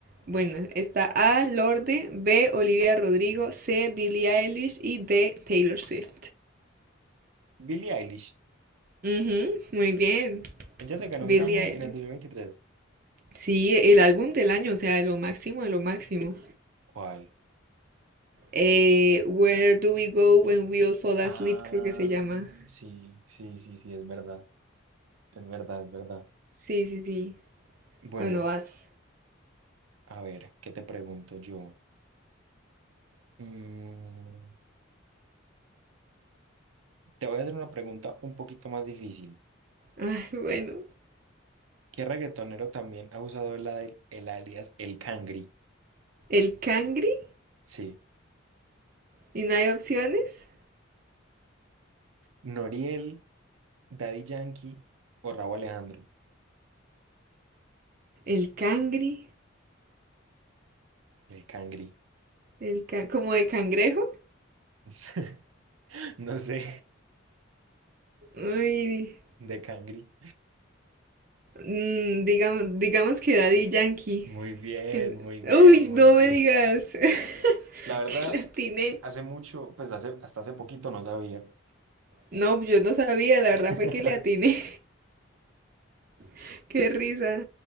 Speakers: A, on the right; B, on the right.
A: Bueno, está A, Lorde, B, Olivia Rodrigo, C, Billie Eilish y D, Taylor Swift.
B: Billie Eilish.
A: Ujú, muy bien,
B: Ella se ganó
A: Billie
B: un Grammy
A: Eilish.
B: en el 2023.
A: Sí, el álbum del año, o sea, de lo máximo, de lo máximo.
B: ¿Cuál?
A: Eh, Where Do We Go When We All Fall
B: Ah,
A: Asleep, creo que se llama.
B: sí, sí, sí, sí, es verdad, es verdad, es verdad.
A: Sí, sí, sí.
B: Bueno,
A: Bueno, vas.
B: a ver, ¿qué te pregunto yo? Mm, te voy a hacer una pregunta un poquito más difícil.
A: Ay, bueno.
B: ¿Qué reggaetonero también ha usado el, al- el alias El Cangri?
A: El cangri,
B: Sí,
A: y no hay opciones.
B: Noriel, Daddy Yankee o Rauw Alejandro.
A: El cangri,
B: El Cangri,
A: el can- como de cangrejo.
B: <laughs> no sé,
A: Uy,
B: <laughs> de Cangri.
A: mm, digamos, digamos que Daddy Yankee.
B: Muy bien,
A: que-
B: muy bien,
A: uy,
B: muy
A: no
B: bien.
A: me digas <laughs>
B: La verdad,
A: que la atiné.
B: hace mucho, pues hace, hasta hace poquito no sabía.
A: No, pues, yo no sabía, la verdad
B: <laughs>
A: fue que le atiné. <laughs> Qué risa.